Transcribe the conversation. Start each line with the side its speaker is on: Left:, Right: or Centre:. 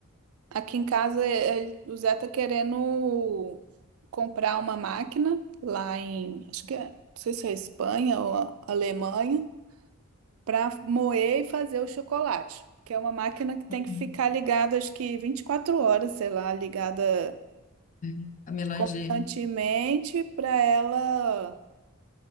Right: aqui em casa ele- o Zé tá querendo comprar uma máquina lá em, acho que é, não sei se é Espanha ou a- Alemanha, para moer e fazer o chocolate, que é uma máquina que tem
Left: Uhum.
Right: que ficar ligada, acho que 24 horas, sei lá, ligada
Left: É, a melanger.
Right: constantemente para ela